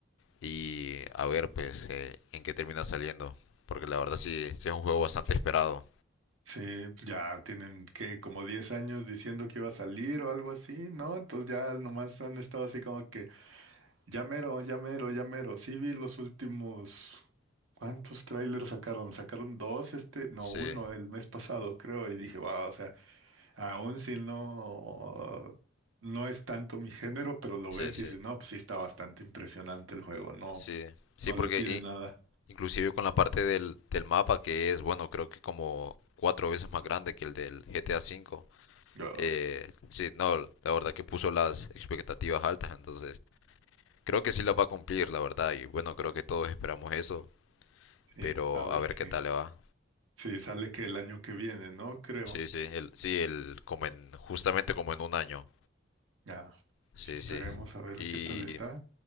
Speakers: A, on the left; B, on the right.
A: y a ver pues eh, en qué termina saliendo, porque la verdad sí, sí es un juego bastante esperado.
B: Sí, pues, ya tienen que como 10 años diciendo que iba a salir o algo así, ¿no? Entonces ya nomás han estado así como que ya mero, ya mero, ya mero. Sí vi los últimos, ¿cuántos trailers sacaron? Sacaron dos este, no,
A: Sí,
B: uno el mes pasado, creo, y dije, wow, o sea, aún si no, no es tanto mi género, pero lo
A: sí,
B: ves
A: sí,
B: y dices, no, pues sí está bastante impresionante el juego, no,
A: sí, sí,
B: no
A: porque
B: le pide
A: i-
B: nada.
A: inclusive con la parte del, del mapa que es, bueno, creo que como cuatro veces más grande que el del GTA cinco
B: Yo,
A: eh, sí, no, la verdad que puso las expectativas altas, entonces creo que sí las va a cumplir, la verdad, y bueno, creo que todos esperamos eso,
B: sí,
A: pero
B: a ver
A: a ver
B: qué.
A: qué tal le va.
B: Sí, sale que el año que viene, ¿no? Creo.
A: Sí, sí, el, sí, el, como en, justamente como en un año.
B: Ya,
A: Sí,
B: pues esperemos
A: sí.
B: a ver
A: Y
B: qué tal está.